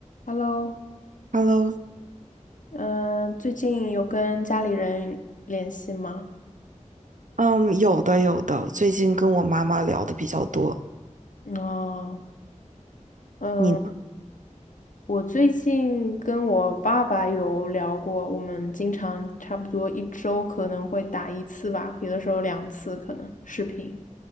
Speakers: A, on the left; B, on the right.
A: Hello，
B: Hello，
A: 嗯，最近有跟家里人联系吗？
B: 嗯，有的有的，最近跟我妈妈聊的比较多。
A: 哦，嗯，
B: 你呢
A: 我最近跟我爸爸有聊过，我们经常差不多一周可能会打一次吧，有的时候两次可能视频。